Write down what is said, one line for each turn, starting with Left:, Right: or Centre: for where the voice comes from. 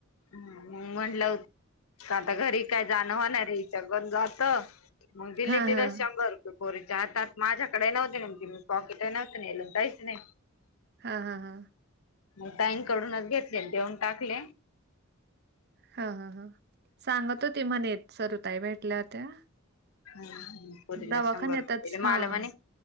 Left: ह मग म्हंलं हो का आता घरी काय जाणव नाही रेच्यागन जात मग दिले
Right: हां.
Left: तिथ
Right: हां, हां.
Left: शंभर रुपये कोरीच्या हातात माझ्या डे नव्हते नम पॉकट नव्हते लहीच नाही
Right: हां, हां, हां.
Left: मग ताईनकडूनच घेतले देऊन टाकले
Right: हा हा हा सांगत हो त म्हणेत सरुताई भेटल्या होत्या
Left: हप दिला
Right: दवाखान्यातच
Left: शंभर रुपये दिले
Right: हां.
Left: मला म्हणे